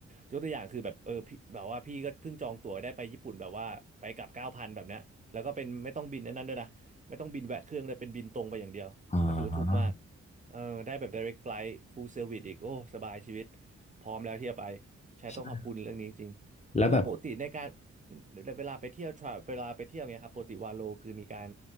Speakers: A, on the right; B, on the left.
A: ยกตัวอย่างคือแบบเออพี่แบบว่าพี่ก็เพิ่งจองตั๋วได้ไปญี่ปุ่นแบบว่าไปกลับเก้าพันแบบเนี้ยแล้วก็เป็นไม่ต้องบินอันนั้นด้วยนะไม่ต้องบินแวะเครื่องเลยเป็นบินตรงไปอย่างเดียวก็ถือว่าถูกมาก
B: อ๋อ
A: เออได้แบบ direct flight full service อีกโอ้สบายชีวิตพร้อมแล้วที่จะไปใช่ต้องขอบคุณเรื่องนี้จริงๆเออแล้วปกติในการ
B: ใช่แล้วแบบ
A: เวลาไปเที่ยวทราเวลาไปเที่ยวเงี้ยครับปกติวาโลคือมีการ